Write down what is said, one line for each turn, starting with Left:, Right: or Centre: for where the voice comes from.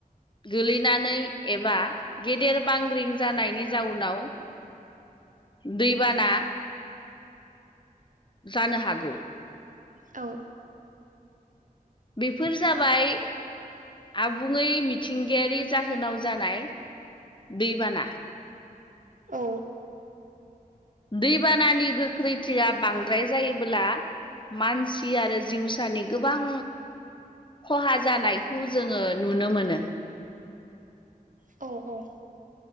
Left: गोलैनानै एबा गेदेर बांग्रिं जानायनि जाउनाव दैबाना जानो हागौ।
Right: औ
Left: बेफोर जाबाय आबुङै मिथिंगायारि जाहोनाव जानाय दैबाना।
Right: औ
Left: दैबानानि गोख्रैथिया बांद्राय जायोब्ला मानसि आरो जिउसानि गोबां खहा जानायखौ जोङो नुनो मोनो।
Right: अ अ